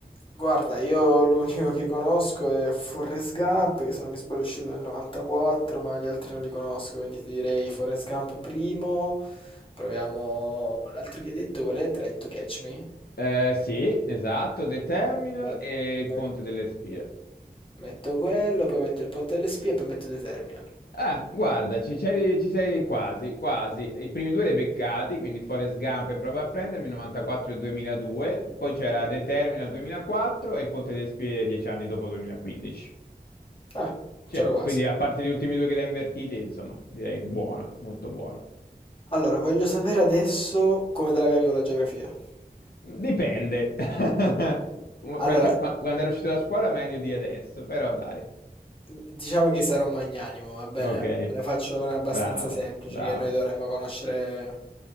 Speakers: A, on the left; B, on the left.
A: Guarda, io l'unico che conosco è Forrest Gump, che se non mi sbaglio è uscito nel 94, ma gli altri non li conosco, quindi ti direi Forrest Gump primo. Proviamo l'altro che hai detto, qual è? Try to Catch Me?
B: Eh, sì, esatto, The Terminal
A: Met-
B: e il
A: met-
B: Ponte delle Spie.
A: metto quello, poi metto il ponte delle spie e poi metto The Terminal.
B: Ah, guarda, ci, c'eri- ci sei quasi, quasi. I primi due li hai beccati, quindi Forrest Gump e Prova a prendermi, 94 e 2002. Poi c'era The Terminal 2004 e il Ponte delle Spie dieci anni dopo 2015.
A: Ah,
B: Cioè,
A: c'ero quasi.
B: quindi a parte gli ultimi due che li hai invertiti, insomma, direi buono, molto buono.
A: Allora, voglio sapere adesso come te la cavi con la geografia.
B: Dipende. <laughs> Un- qualche-
A: Allora,
B: qua- quando ero uscito da scuola meglio di adesso, però dai.
A: d- diciamo che sarò magnanimo, va bene?
B: Ok,
A: Te ne faccio una abbastanza
B: bravo,
A: semplice
B: bravo.
A: che noi dovremmo conoscere